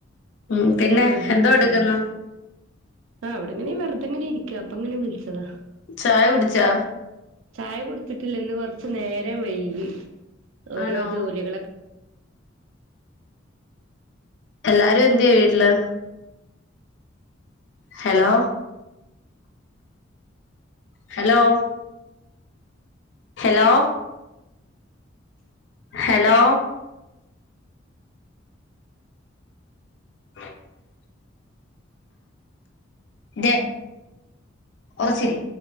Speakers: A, on the left; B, on the right.
A: ഉം പിന്നെ
B: ആഹ് മുരിഞ്ഞ്
A: എന്തോ
B: കിട്ടുംല്ലേ
A: എടുക്കുന്നു
B: ആഹ് അവിടെ ഇങ്ങനെ വെറുതെങ്ങനെ ഇരിക്കുക അപ്പ ഇങ്ങനെ വിളിച്ചതാ
A: ചായ കുടിച്ചാ
B: ചായ കുടിച്ചിട്ടില്ല ല്ലോ കുറച്ച് നേരം വൈകി ഓരോ
A: ആണോ
B: ജോലികളൊക്കെ
A: എല്ലാരും എന്തെ വീട്ടില് ഹലോ ഹലോ ഹലോ ഹലോ <inaudible> തെ ഒരു ചിരി